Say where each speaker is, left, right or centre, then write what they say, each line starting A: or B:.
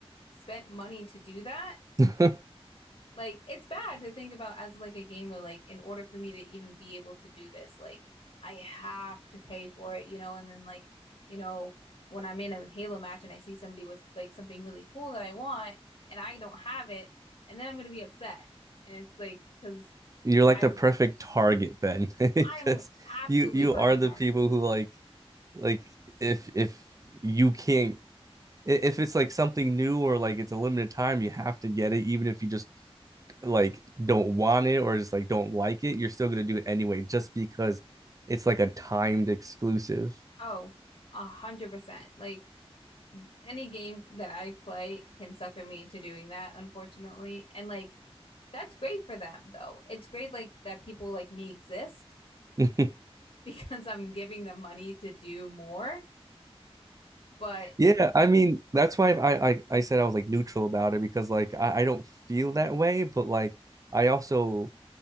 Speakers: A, on the left; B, on the right.
A: spent money to do that
B: <laughs>
A: Like it's bad to think about as like a gamer, like in order for me to even be able to do this, like I have to pay for it, you know, and then like, you know, when I'm in a Halo match and I see somebody with like something really cool that I want and I don't have it, and then I'm gonna be upset. And it's like, because
B: You're like
A: I
B: the perfect target, Ben, <laughs> because
A: I'm absolutely
B: you you
A: perfect
B: are the
A: target.
B: people who like like if if you can't if it's like something new or like it's a limited time, you have to get it, even if you just like don't want it or just like don't like it, you're still gonna do it anyway, just because it's like a timed exclusive.
A: Oh, a hundred percent. Like any game that I play can sucker me into doing that, unfortunately. And like That's great for them, though. It's great like that people like me exist
B: <laughs>
A: <laughs> because I'm giving them money to do more. But
B: Yeah, I mean, that's why I, I I said I was like neutral about it because like I, I don't feel that way, but like I also